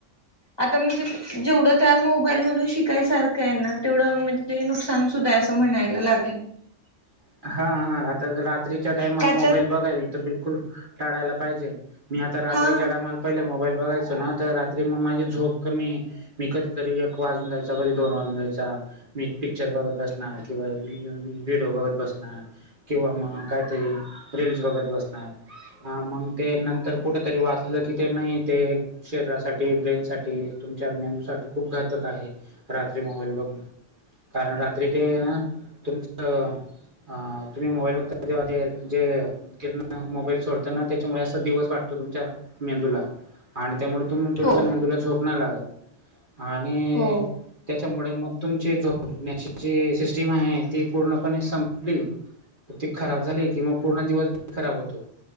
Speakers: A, on the left (about 20°); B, on the right (about 40°).
A: आता म्हणजे जेवढं त्या मोबाईल मधून शिकायसारखं आहे ना तेवढं म्हणजे नुकसान सुधाय असं म्हणायला लागेल.
B: ह <inaudible> हा हा आता रात्रीच्या टाइमाला
A: का
B: मोबाईल
A: तर
B: बघायला, तर बिलकुल टाळायला पाहिजे. मी आता रात्रीच्या
A: हा
B: टामाला पहिले, मोबाईल बघायचो ना तर रात्री मग माझी झोप कमी. मी कधीतरी एक वाजून जा्याचा कधी दोन वाजून जायचा. मी पिक्चर बघत बसणार, किंवा व्हडिओ बघत बसणार. किंवा मग काहीतरी रीलल्स बघत बसणार. हा मग ते नंतर कुठेतरी वाचलं कि ते नाही ते शरीरासाठी ब्रेन साठी, तुमच्या्ंदू साठी खूप घातक आहे रात्री मोबाईल बघण. कारण रात्री ते ना तुमच अ तुम्ही मोबाईलवर बगता तेव्हा ते जे किरन मोबाईल सोडताना त्याच्यामुळे असा दिवस वाटतो तुमच्या मेंदूला आणि त्यामुळे तुम्ही तुमच्या
A: हो
B: मेंदूला झोप नाही लागत आणि
A: हो
B: त्याच्यामुळे मग तुमचे झोपण्याची जी सिस्टीम आहे ती पूर्णपणे सम ली ती खराब झाली कि मग पूर्ण दिवस बी खराब होतो